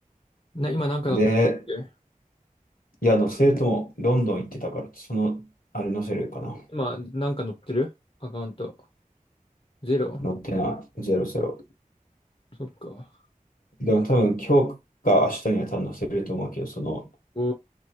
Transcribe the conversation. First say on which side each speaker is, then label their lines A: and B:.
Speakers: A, on the left (about 40°); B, on the left (about 75°).
A: な、今なんか乗ってるっけ
B: で、いや、載せるとも、ロンドン行ってたから、その、あれ載せるかな。
A: 今なんか乗ってるアカウント。ゼロ
B: 載ってない、ゼロゼロ。
A: そっか。
B: でも多分今日か明日には多分載せると思うけど、その、
A: お